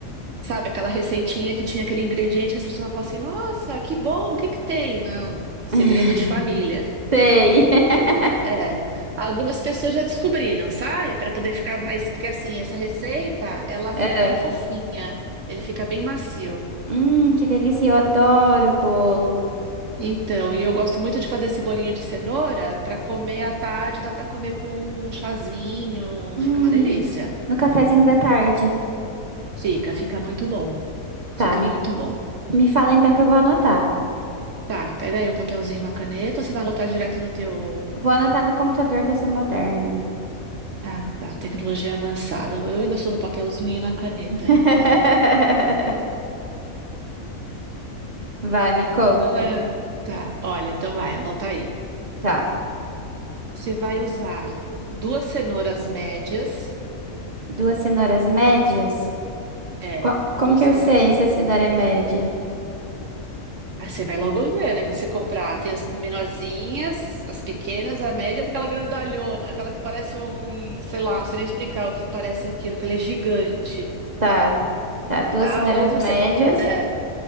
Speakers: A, on the right (about 65°); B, on the right (about 45°).
A: Sabe aquela receitinha que tinha aquele ingrediente que as pessoas falam assim: "Nossa, que bom, o que que tem?" Não, segredo
B: <laughs>
A: de família.
B: Sei. <laughs>
A: É, é. Algumas pessoas já descobriram, sabe? Para poder ficar mais. Porque assim, essa receita, ela
B: É.
A: fica bem fofinha, ele fica bem macio.
B: Hum, que delícia, eu adoro bolo.
A: Então, e eu gosto muito de fazer esse bolinho de cenoura para comer à tarde, dá para comer com um chazinho,
B: Hum,
A: fica uma delícia.
B: no cafezinho da tarde.
A: Fica, fica muito bom.
B: Tá,
A: Fica
B: me,
A: muito bom.
B: me fala então que eu vou anotar.
A: Tá, pega aí um papelzinho, uma caneta, ou você vai anotar direto no teu.
B: Vou anotar no computador que eu sou moderna.
A: Ah, tá, tecnologia avançada. Eu ainda sou no papelzinho e na caneta ainda.
B: <laughs> Vai, me conta.
A: Ah, Tá, olha, então vai, anota aí.
B: Tá.
A: Você vai usar duas cenouras médias.
B: Duas cenouras médias?
A: É,
B: Co- como
A: duas
B: que
A: cenouras.
B: eu sei se a cenoura é média?
A: Aí você vai logo ver, né? Quando você comprar, tem as menorzinhas, as pequenas, a média, tem aquela grandalhona, aquela que parece um, sei lá, não sei nem explicar o que parece aquilo, que ela é gigante,
B: Tá, tá. Duas
A: tá?
B: cenouras
A: Ou você.
B: médias.
A: É,